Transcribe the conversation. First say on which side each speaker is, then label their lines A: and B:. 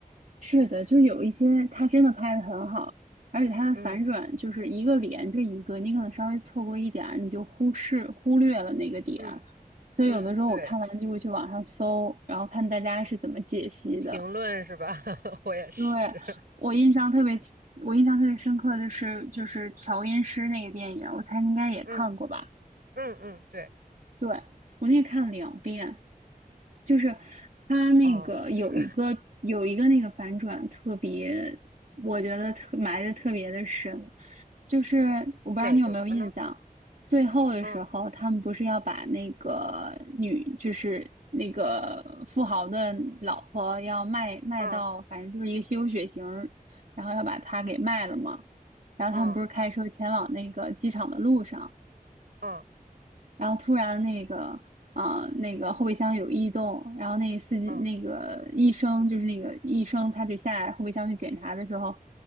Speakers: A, on the right; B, on the right.
A: 是的，就是有一些他真的拍的很好，而且它的反转就是一个连着一个，
B: 嗯
A: 你可能稍微错过一点儿，你就忽视忽略了那个点，
B: 嗯
A: 所以有的时候我看完就会去网上搜，
B: 嗯，对，
A: 然后看大家是怎么解析的。
B: 评论是吧？<laughs> 我也是。
A: 对，
B: <laughs>
A: 我印象特别清我印象特别深刻的是就是调音师那个电影，我猜你应该也看过吧？
B: 嗯。嗯嗯，对，
A: 对，我那个看了两遍，就是他那个有一个有一个那个反转特别，
B: 哦，是 <laughs>
A: 我觉得特埋的特别的深，就是我不知道你有没有印象，
B: 哪个呢？
A: 最后的时候他们不是要把那个女就是那个富豪的老婆要卖卖到，
B: 嗯嗯
A: 反正就是一个吸血型儿然后要把她给卖了嘛，然后他们不是开车前往那个机场的路上。
B: 嗯嗯
A: 然后突然那个啊、那个后备箱有异动，然后那司机那个医生就是那个医生他就下来后备箱去检查的时候，
B: 嗯